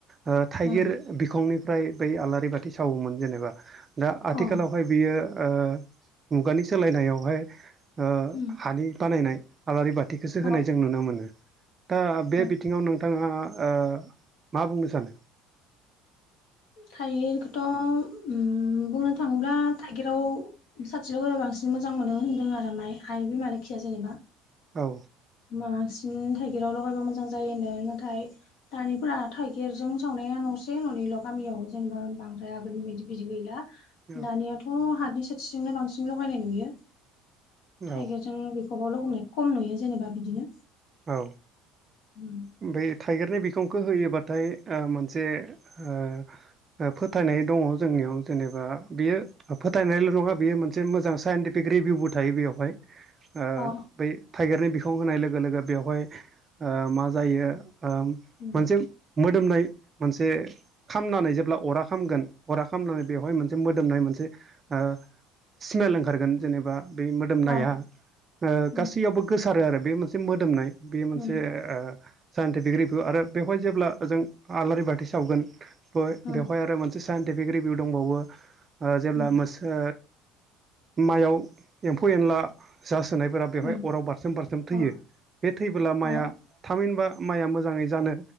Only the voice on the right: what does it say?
ओ थाइगिर
बिखंनिफ्राय बै आलारि बाथि सावोमोन जेनेबा दा आथिखालाव,
ओमफाय बियो ओ मुगानि सोलायनायावहाय ओ
हानि बानायनाय, आलारि बाथिखौसो
होनाय जों नुनो मोनो दा बे
बिथिङाव नोंथाङा ओ, मा बुंनो सानो?
औ
औ
औ
औ
ओमफ्राय थाइगिरनि बिखंखो होयोबाथाय मोनसे ओ, फोथायनाय दङ जोंनियाव जेनेबा बियो। फोथायनायल' नङा बेयो मोनसे मोजां साइन्टिफिक रिभिउबो थायो बेयावहाय। ओ
बै थाइगिरनि बिखं होनाय लोगो लोगो बेवहाय ओ मा जायो।
मोनसे मोदोमनाय मोनसे खामनानै जेब्ला अरा खामगोन। अरा खामनानै बेवहाय मोनसे मोदोमनाय मोनसे ओ सिमेल ओंखारगोन जेनबा? बे मोदोमनाया
गासैयावबो गोसारो आरो बे मोनसे मोदोमनाय। बेयो मोनसे
साइन्टिफिक रिभिउ आरो बेवहाय जेब्ला जों आलारि बाथि सावगोन बेवहाय
आरो मोनसे साइन्टिफिक रिभिउ दंबावो। जेब्ला
मोसो माइयाव एम्फौ एनला जासोनायफोरा बेवहाय
अराव बारसोम बारसोम थैयो
बे थैबोब्ला माइआ
थामहिनबा माइआ मोजाङै जानो